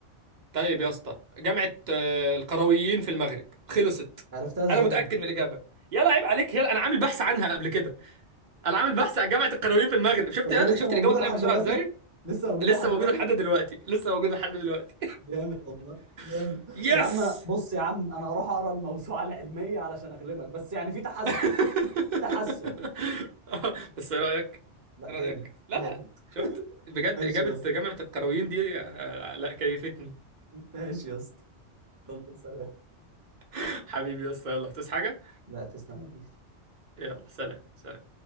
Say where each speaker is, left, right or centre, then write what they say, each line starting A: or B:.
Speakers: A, on the right (about 50°); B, on the right (about 15°).
A: طيب يا اسطى جامعة آه، القرويين في المغرب خلصت
B: عرفتها ازاي
A: انا متأكد
B: دي؟
A: من الإجابة يلا عيب عليك يلا انا عامل بحث عنها قبل كده انا عامل بحث عن جامعة القرويين في المغرب شفت
B: طب وهي
A: يلا
B: لسه
A: شفت
B: موجوده
A: الإجابة طلعت
B: لحد
A: بسرعة
B: دلوقتي
A: ازاي
B: لسه موجوده
A: لسه
B: لحد
A: موجودة
B: دلوقتي
A: لحد دلوقتي لسه موجودة لحد دلوقتي
B: جامد والله جامد
A: <laughs> يس
B: يا عم انا بص يا عم انا هروح اقرا الموسوعه <laughs> العلميه علشان اغلبك بس يعني في تحسن
A: <laughs>
B: في تحسن
A: آه، بس ايه رأيك
B: لا
A: ايه
B: جامد
A: رأيك لا
B: جامد
A: شفت بجد
B: ماشي
A: إجابة
B: يا اسطى
A: جامعة القرويين دي آه، لا كيفتني
B: ماشي يا اسطى يلا سلام
A: <laughs> حبيبي يا اسطى يلا تصحى حاجة
B: لا تسلم يا كبير
A: يلا سلام سلام